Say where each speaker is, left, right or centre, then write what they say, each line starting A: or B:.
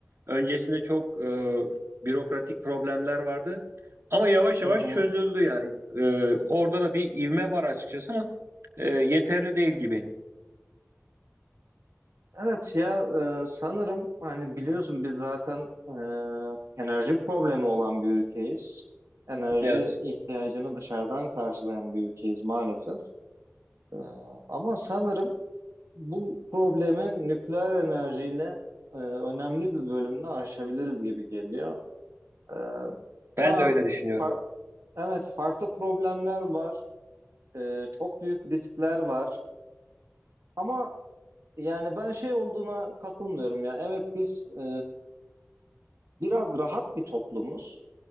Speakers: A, on the right (about 55°); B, on the right (about 70°).
A: öncesinde çok e, bürokratik problemler vardı. Ama yavaş yavaş
B: Hı hı.
A: çözüldü yani. E, orada da bir ivme var açıkçası ama e, yeterli değil gibi.
B: Evet ya e, sanırım hani biliyorsun biz zaten e, enerji problemi olan bir ülkeyiz. Enerji
A: Evet.
B: ihtiyacını dışarıdan karşılayan bir ülkeyiz maalesef. E, ama sanırım Bu problemi nükleer enerjiyle e, önemli bir bölümünü aşabiliriz gibi geliyor. E,
A: Ben
B: ha,
A: de öyle düşünüyorum.
B: fa- evet farklı problemler var, E, çok büyük riskler var. Ama yani ben şey olduğuna katılmıyorum ya. Evet biz e, biraz rahat bir toplumuz.